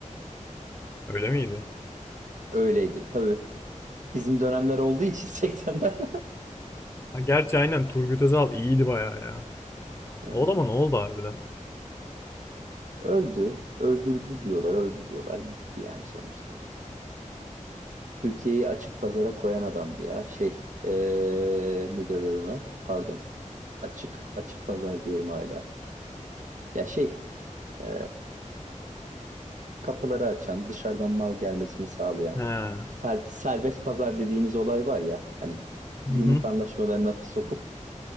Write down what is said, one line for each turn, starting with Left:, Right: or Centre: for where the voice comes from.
Left: Öyle miydi?
Right: Öyleydi. Tabii bizim dönemler olduğu için <laughs> 80'ler.
Left: Ha, gerçi aynen Turgut Özal iyiydi bayağı ya.
Right: Ee,
Left: O da mı ne oldu harbiden?
Right: Öldü. Öldürdü diyorlar. Öldü diyorlar. Gitti yani sonuçta. Türkiye'yi açık pazara koyan adamdı ya. Şey, eee ne derler ona? Pardon. Açık, açık pazar diyorum hala. Ya şey, eee, kapıları açan, dışarıdan mal gelmesini sağlayan,
Left: He.
Right: ser- serbest pazar dediğimiz olay var ya, hani gümrük
Left: Hı hı.
Right: anlaşmalarına sokup